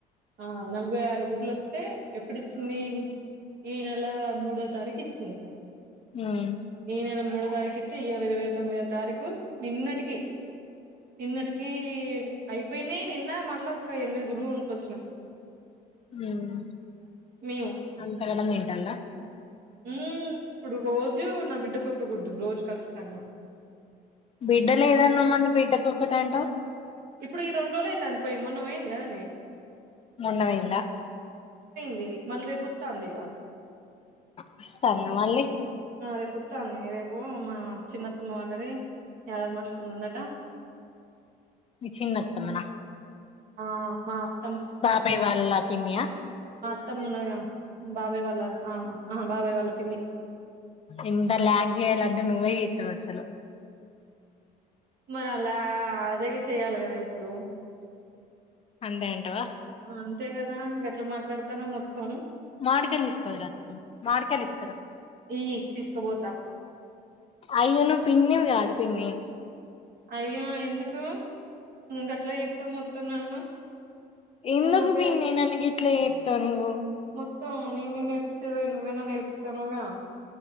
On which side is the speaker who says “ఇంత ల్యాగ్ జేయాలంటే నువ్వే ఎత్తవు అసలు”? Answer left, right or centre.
Left